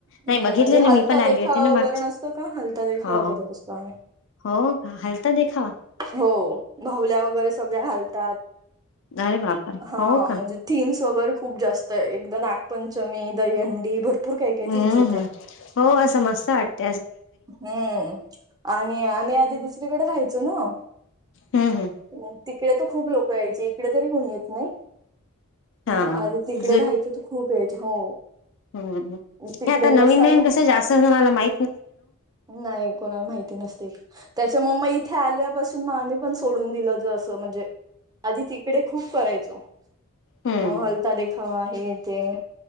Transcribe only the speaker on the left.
नाही बघितले
ना
मी पण आली
होती ना मागची
हो
हो का हलता देखावा
अरे बापरे
हो का
हम्म
हम्म हो, असं मस्त वाटत.
हम्म, हम्म,
हा
हम
हे आता नवीन
नवीन कसं जास्त, असणाला माहि
हम्म